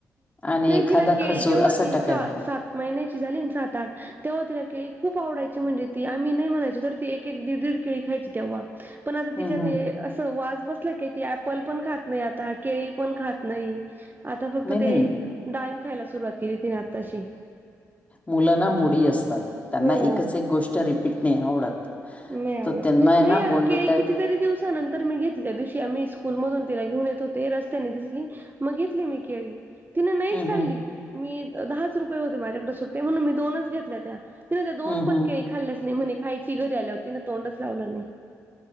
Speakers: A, on the left; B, on the right.
A: आणि
B: नाही,
A: एखादा
B: तिला केळी
A: खजूर
B: जेव्हा
A: असा
B: ती
A: टाकायला
B: सात महिन्याची झाली, सात-आठ तेव्हा तिला केळी खूप आवडायची, म्हणजे ती आम्ही नाही म्हणायचो तर ती एक-एक, दीड-दीड केळी खायची तेव्हा पण आता
A: हं
B: तिच्या
A: हं
B: ते वास बसला की ऐपल पण खात नाही, आता केळी पण खात नाही. आता फक्त
A: नाही नाही
B: ते डाईम खायला सुरुवात केली ती ना, आताशी
A: मुलांना मोडी असतात, त्यांना
B: हो
A: एकच एक गोष्ट रिपीट नाही आवडत.
B: नाही, आवडत
A: तर त्यांना आहे
B: नाही.
A: ना
B: आता
A: बोनविटा
B: केळी कितीतरी दिवसानंतर मी घेतल्या दिवशी आम्ही स्कूलमधून तिला घेऊन येत होते, रस्त्याने दिसली, मग घेतली मी केळी. तिनं नाहीच
A: हं
B: खाल्ली.
A: हं
B: मी दहाच रुपये होते माझ्याकडे सुट्टे, म्हणून मी दोनच घेतल्या. त्या ती नाही, त्या दोन
A: हं हं
B: पण केळी खाल्लंच नाही म्हणे. खायची घरी आल्या होती ना, तोंडच लावलं नाही.